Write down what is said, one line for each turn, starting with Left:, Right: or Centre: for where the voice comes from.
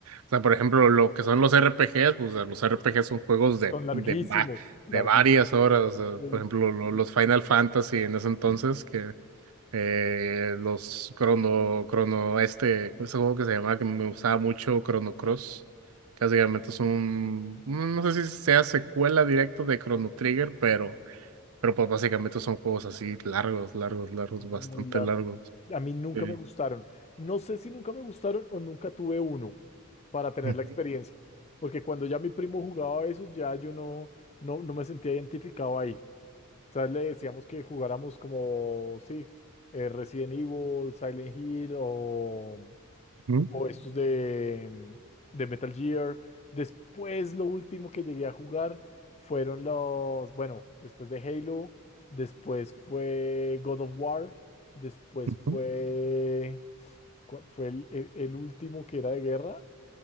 Right: o sea, por ejemplo, lo que son los RPGs, pues los RPGs son juegos de,
Left: Son larguísimos,
Right: de, va-
Left: larguísimos.
Right: de varias horas, o sea,
Left: Sí.
Right: por ejemplo, lo- los Final Fantasy en ese entonces, que eh, los Chrono, Chrono, este, ese juego que se llamaba, que me gustaba mucho, Chrono Cross, que básicamente es un, no no sé si sea secuela directa de Chrono Trigger, pero, pero pues básicamente son juegos así largos, largos, largos,
Left: Muy
Right: bastante
Left: largo.
Right: largos.
Left: A mí nunca
Right: Sí.
Left: me gustaron. No sé si nunca me gustaron o nunca tuve uno para tener
Right: Ujú,
Left: la experiencia. Porque cuando ya mi primo jugaba esos, ya yo no, no, no me sentía identificado ahí. O sea, le decíamos que jugáramos como, sí, eh, Resident Evil, Silent Hill o,
Right: ujú,
Left: o estos de, mm, de Metal Gear. Después lo último que llegué a jugar fueron los, bueno, después de Halo, después fue God of War, después
Right: ujú.
Left: fue, ¿cuál fue el, el- el último que era de guerra?